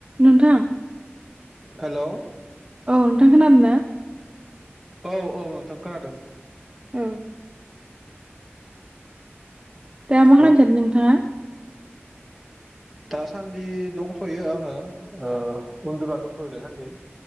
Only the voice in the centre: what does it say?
हेल'
औ औ नोंथां खोनादों
औ
दासान्दि दंथ'यो आङो ओ उन्दुना दंथ'यो दासान्दि